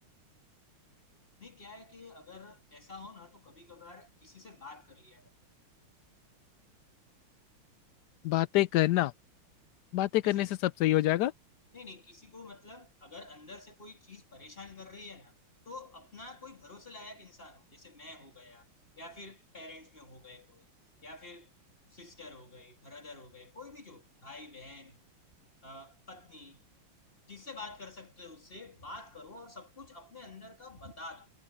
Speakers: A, on the left (about 25°); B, on the left (about 80°).
A: नहीं क्या है कि अगर ऐसा हो ना तो कभी कभार किसी से बात कर लिया करता है
B: बातें करना बातें
A: किसी
B: करने से सब सही हो जाएगा
A: नहीं नहीं किसी को मतलब अगर अंदर से कोई चीज परेशान कर रही है ना तो अपना कोई भरोसे लायक इंसान हो जैसे मैं हो गया या फिर पेरेंट्स में हो गए कोई या फिर सिस्टर हो गई ब्रदर हो गए कोई भी जो भाई बहन अ, पत्नी जिससे बात कर सकते हो उससे बात करो और सब कुछ अपने अंदर का बता दो